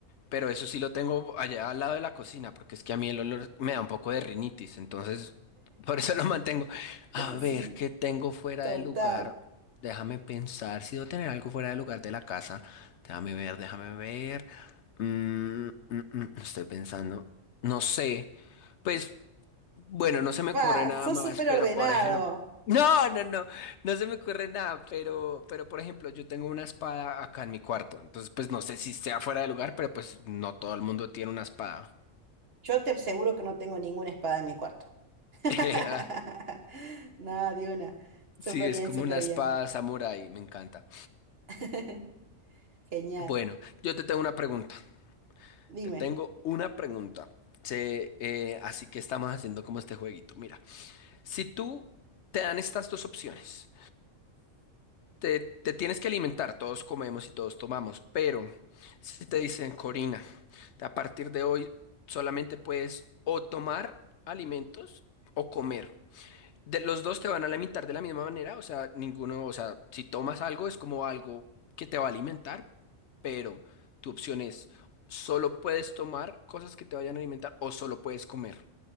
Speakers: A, on the left; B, on the right.
A: Pero eso sí lo tengo allá al lado de la cocina, porque es que a mí el olor me da un poco de rinitis, entonces por eso lo mantengo. A ver,
B: Sí,
A: ¿qué tengo fuera
B: total.
A: de lugar? Déjame pensar, si debo tener algo fuera de lugar de la casa. Déjame ver, déjame ver. Mm, mm, mm, mm, estoy pensando. No sé. Pues. Bueno, no se me
B: Pa,
A: ocurre nada
B: sos
A: más,
B: súper
A: pero
B: ordenado.
A: por ejemplo, <laughs> no, no, no, no se me ocurre nada, pero, pero por ejemplo, yo tengo una espada acá en mi cuarto, entonces pues no sé si sea fuera de lugar, pero pues no todo el mundo tiene una espada.
B: Yo te aseguro que no tengo ninguna espada en mi cuarto. <laughs>
A: <laughs> Ah,
B: Nada, de una. Súper
A: Sí,
B: bien,
A: es como
B: súper
A: una espada
B: bien.
A: samurái, me encanta.
B: <laughs> Genial.
A: Bueno, yo te tengo una pregunta,
B: Dime.
A: te tengo una pregunta. Se- eh, así que estamos haciendo como este jueguito. Mira, si tú te dan estas dos opciones. te, te tienes que alimentar, todos comemos y todos tomamos, pero si te dicen, Corina, a partir de hoy solamente puedes o tomar alimentos o comer. De, los dos te van a alimentar de la misma manera, o sea, ninguno, o sea, si tomas algo es como algo que te va a alimentar, pero tu opción es, solo puedes tomar cosas que te vayan a alimentar o solo puedes comer.